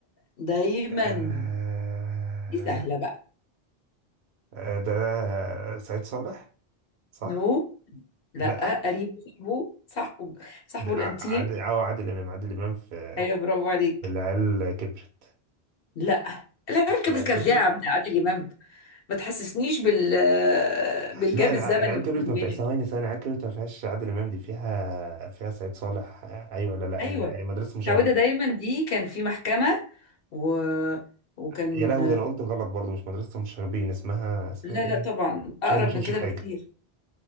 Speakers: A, on the left; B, on the right.
A: دايما
B: آه
A: دي سهلة بقى
B: آه، ده سعيد صالح صح
A: نو لا
B: لا
A: قريب صاحبه صاحبه صاحبه
B: عادل
A: الانتيم
B: عادل اه عادل امام عادل امام في
A: ايوه برافو عليك
B: في العيال كبرت
A: لا العركة
B: مش العيال
A: بالكذاب
B: كبرت
A: بتاع عادل امام ما تحسسنيش بال آه، بالجاب
B: لا الع...
A: الزمني
B: العيال
A: بيني
B: كبرت ما
A: وبينك
B: فيهاش ثواني ثواني العيال كبرت ما فيهاش عادل امام دي فيها فيها سعيد صالح آه، ايوه لا لا
A: ايوه
B: ال- مدرسه المشاغبين
A: متعودة دايما دي كان في محكمة و... وكان
B: يا لهوي ده انا قلت غلط برضو مش مدرسه المشاغبين اسمها اسمها
A: لا
B: ايه
A: لا طبعا
B: شاهد
A: اقرب
B: ما شافش
A: من كده
B: حاجه
A: بكتير